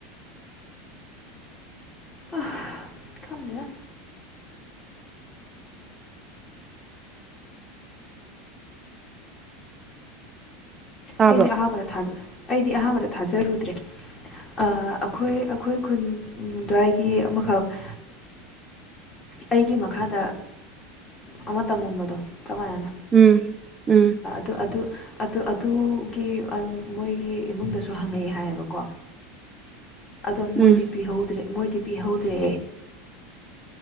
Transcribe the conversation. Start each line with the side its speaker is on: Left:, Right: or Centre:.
Left: ꯑ ꯈꯪꯗꯦꯗꯥ
Right: ꯇꯥꯕ꯭ꯔꯣ
Left: ꯑꯩꯗꯤ ꯑꯍꯥꯟꯕꯗ ꯊꯖꯥ ꯑꯩꯗꯤ ꯑꯍꯥꯟꯕꯗ ꯊꯥꯖꯔꯨꯗ꯭ꯔꯦ ꯑꯩꯈꯣꯏ ꯑꯩꯈꯣꯏ ꯈꯨꯟ ꯑꯗꯨꯋꯥꯏꯒꯤ ꯑꯃꯈꯛ ꯑꯩꯒꯤ ꯃꯈꯥꯗ ꯑꯃ ꯇꯝꯃꯝꯕꯗꯣ ꯆꯞ ꯃꯥꯟꯅꯅ
Right: ꯎꯝ ꯎꯝ
Left: ꯑꯗꯨꯣ ꯑꯗꯨ ꯑꯗꯨ ꯑꯗꯨꯒꯤ ꯃꯣꯏꯒꯤ ꯏꯃꯨꯡꯗꯁꯨ ꯍꯪꯉꯛꯏ ꯍꯥꯏꯌꯦꯕꯀꯣ ꯑꯗꯣ ꯃꯣꯏꯗꯤ
Right: ꯎꯝ
Left: ꯄꯤꯍꯧꯗ꯭ꯔꯦ ꯃꯣꯏꯗꯤ ꯄꯤꯍꯧꯗ꯭ꯔꯦ